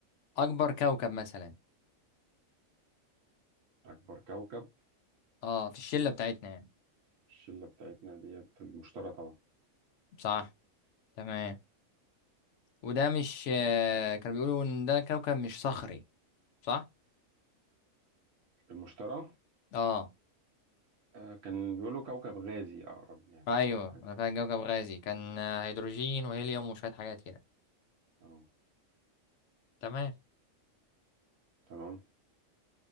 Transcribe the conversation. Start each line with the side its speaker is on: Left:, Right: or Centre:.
Left: اكبر كوكب مثلا
Right: اكبر كوكب
Left: اه في الشلة بتاعتنا يعني
Right: الشلة بتاعتنا ديت المشتري طبعا
Left: صح تمام وده مش آه، كانوا بيقولوا ان ده كوكب مش صخري صح
Right: المشتري
Left: اه
Right: آه كان بيقولوا كوكب غازي اقرب يعني
Left: ايوه
Right: مش حاجة
Left: انا
Right: زي
Left: فاهم
Right: كده
Left: كوكب غازي كان آه، هيدروجين وهيليوم وشوية حاجات كده
Right: اه
Left: تمام
Right: تمام